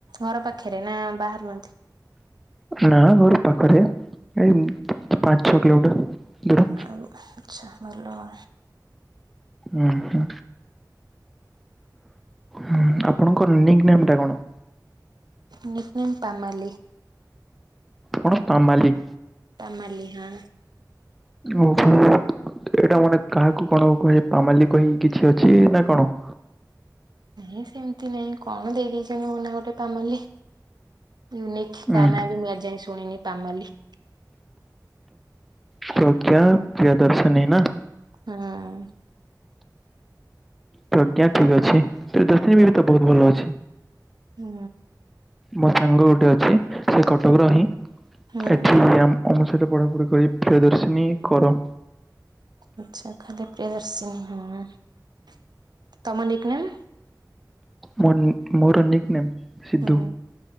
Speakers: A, on the right; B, in the centre.
A: ଘର ପାଖରେ ନା ବାହାରୁ ଆଣିଥିଲେ।
B: ନା ଘର ପାଖରେ ଏଇ ପାଞ୍ଚ ଛଅ କିଲୋମିଟର ଦୂର।
A: ଆଉ ଆଚ୍ଛା ଭଲ ଆଉ।
B: ଉଁ ହୁଁ। ହୁଁ ଆପଣଙ୍କ ନିକ୍ ନେମ ଟା କଣ?
A: Nick name ପାମାଲି।
B: କଣ ପାମାଲି?
A: ପାମାଲି ହଁ।
B: ଓହୋ ଏଇଟା ମାନେ କାହାକୁ କଣ କହି ପାମାଲି କହିକି କିଛି ଅଛି ନା କଣ?
A: ନାଇଁ ସେମିତି ନାଇଁ। କଣ ଦେଇ ଦେଇଛନ୍ତି ମୋ ନା ଗୋଟେ ପାମାଲି। ୟୁନିକ୍
B: ଉଁ
A: ତା ନା ବି ମୁଁ ଆଜି ଯାଏଁ ଶୁଣିନି ପାମାଲି।
B: ପ୍ରଜ୍ଞା ପ୍ରିୟଦର୍ଶନୀ ନା।
A: ହଁ।
B: ପ୍ରଜ୍ଞା ଠିକ୍ ଅଛି। <unintelligible> ବି ତ ବହୁତ ଭଲ ଅଛି।
A: ହୁଁ।
B: ମୋ ସାଙ୍ଗ ଗୋଟେ ଅଛି। ସେ କଟକର ହିିଁ।
A: ହୁଁ
B: ଏଠି ଆମ୍ ଆମ ସହିତ ପଢାପଢି କରି ପ୍ରିୟଦର୍ଶିନୀ କର।
A: ଆଛା ଖାଲି ପ୍ରିୟଦର୍ଶିନୀ ହୁଁ। ତମ ନିକ୍ ନେମ୍।
B: ହୁଁ ମୋ ନିକ୍ ମୋର ନିକ ନେମ୍। ସିଧୁ
A: ହୁଁ